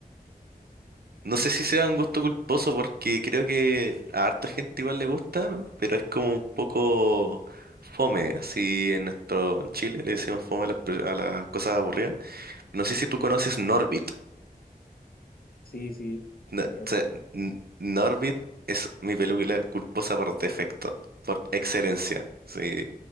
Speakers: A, on the right; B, on the left.
A: No sé si sea un gusto culposo porque creo que a harta gente igual le gusta, pero es como un poco fome, así en nuestro en Chile le decimos fome a las, pe- a las cosas aburridas. No sé si tú conoces Norbit.
B: Sí, sí,
A: No- o
B: creo
A: sea,
B: que...
A: N- Norbit es mi película culposa por defecto, por excelencia. Sí.